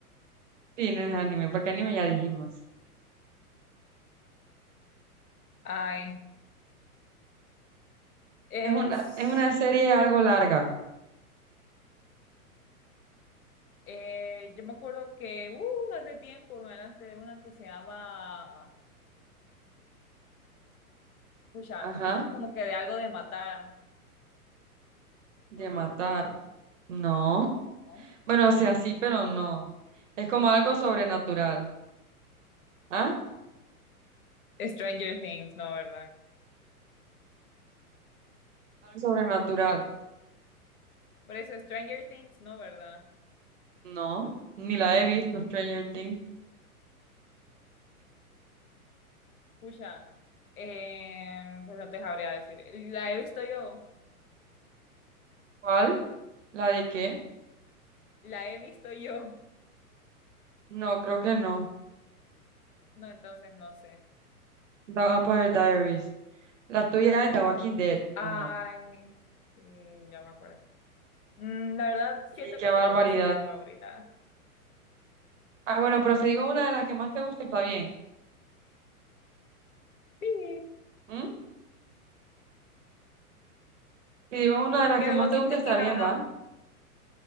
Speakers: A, on the right; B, on the left.
A: Sí, no es anime, porque anime ya dijimos.
B: Ay, es...
A: Es una, es una serie algo larga.
B: eh, yo me acuerdo que uh, hace tiempo me hablaste de una que se llama... Pucha,
A: Ajá.
B: es que es como que de algo de matar,
A: De
B: ¿o no?
A: matar. No.
B: Ajá.
A: Bueno, o sea, sí, pero no. Es como algo sobrenatural. ¿Ah?
B: Stranger Things, no, ¿verdad?
A: Algo sobrenatural.
B: Por eso Stranger Things, no, ¿verdad?
A: No. Ni la he visto, Stranger Things.
B: Pucha, eh, pues no te sabría decir. La he visto yo,
A: ¿Cuál? ¿La de qué?
B: la he visto yo.
A: No, creo que no.
B: No, entonces no sé.
A: The Vampire Diaries. La tuya es The Walking Dead,
B: Ay,
A: ¿o no?
B: sí, ya me acuerdo. Mm, la verdad, siento
A: Y qué
B: que
A: barbaridad.
B: no tengo series favoritas.
A: Ah, bueno, pero si digo una de las que más te gusta, está bien.
B: Sí.
A: ¿Mm? Si digo una de las
B: Que
A: que
B: The
A: más
B: Walking
A: te gusta,
B: es
A: está
B: que la
A: bien,
B: verdad,
A: ¿va?